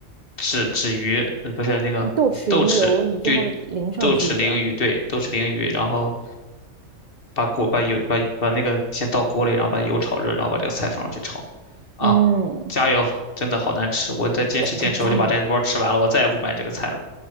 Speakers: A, on the left; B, on the right.
A: 纸纸鱼，呃不是那个豆豉对
B: 你豆豉鱼油，你最后淋上去一点儿，
A: 豆豉鲮鱼对豆豉鲮鱼，然后把锅把油把把那个先倒锅里，然后把油炒热，然后把这个菜放上去炒。啊，
B: 嗯，
A: 加油！真的好难吃，我再坚持坚持，
B: <laughs> 可以加油
A: 我就把这波吃完了，我再也不买这个菜了。